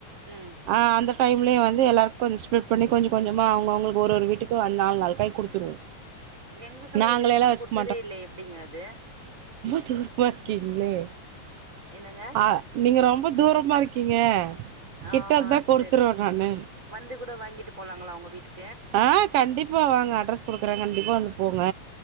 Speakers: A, on the right; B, on the right.
A: ம்
B: ஆ அந்த டைம்லே வந்து எல்லார்க் கொஞ்சொ ஸ்ப்லிட் பண்ணி கொஞ்ச கொஞ்சமா அவங்அவங்களுக்கு ஒரு வீட்டுக்கு நாலு நால் காய் குடுத்துருவோ
A: எங்ளுக்கெல்லா
B: நாங்களேல்லா
A: இது வெரிக்கு
B: வச்சுக்க
A: குடுத்ததே இல்ல எப்டிங்க அது
B: து பார்க்கிங்ளே
A: என்னங்க
B: அ நீங்க ரொம்ப தூரமா இருக்கிங்க
A: ஆ
B: கிட்டர்ந்தா குடுத்துர்வ
A: சேரி
B: நானு
A: வந்து கூட வாங்கிட்டு போலாங்களா உங்க வீட்டுக்
B: ஆ கண்டிப்பா வாங்க அட்ரஸ் குடுக்றெ கண்டிப்பா வந்து போங்க